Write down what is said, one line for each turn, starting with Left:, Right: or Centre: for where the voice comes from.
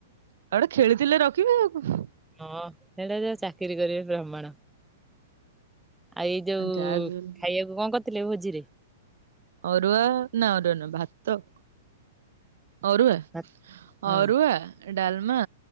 Right: ଆଉଗୋଟେ ଖେଳୁଥିଲେ ରଖିବେ ଆଉ କଁ।
Centre: ହଁ <unintelligible> ଚାକିରି କରିବେ ପ୍ରମାଣ ଆଉ ଏଇ ଯୋଉ
Right: ଯାହା ବି ହେଲେ
Centre: ଖାଇବାକୁ କଣ କରିଥିଲେ ଭୋଜିରେ?
Right: ଅରୁଆ ନା ଅରୁଆ ନୁ ଭାତ। ଅରୁଆ
Centre: ଭାତ ହଁ
Right: ଅରୁଆ ଡାଲମା